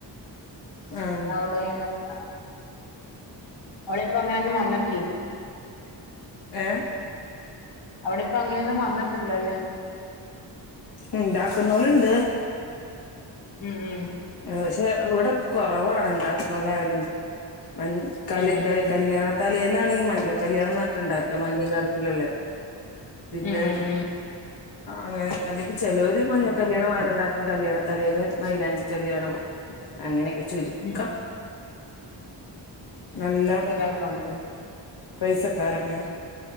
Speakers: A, on the left (about 60°); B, on the left (about 80°).
A: ആഹ്
B: അവിടെ യും ഇ ങ്ങനെ അവളിപ്പോ അങ്ങനൊന്നും വന്നിട്ടില്ല.
A: ഏഹ്.
B: അവിടെ ഇപ്പ അങ്ങനൊന്നും വന്നിട്ടില്ലല്ലെ?
A: ഉണ്ടാക്കുന്നോലുണ്ട്.
B: ഉമ് ഉമ്
A: പക്ഷെ ഇവിടെ കുറവാണ് ഉണ്ടാക്കുന്നോലായാലും മഞ്ഞ കല്
B: ഉം ഉം
A: കല്യാണത്തലേന്നാണെങ്കി മഞ്ഞ കല്യാണം ന്നർ ഞ്ഞിട്ടുണ്ടാക്ക മഞ്ഞ നറത്തിലുള്ള പിന്നെഹ്
B: ഉം ഉം
A: അങ്ങനെ അല്ലെങ്കി ചെലോര് മഞ്ഞ കല്യാണം വേറെണ്ടാക്കും കല്യാണതലേന്ന് മൈലാഞ്ചി കല്യാണം അങ്ങനെ ഒക്കെ ചുരുക്കം
B: ഉം
A: നല്ലം
B: ചിലർക്കുണ്ട്
A: പൈസകാരൊക്കെ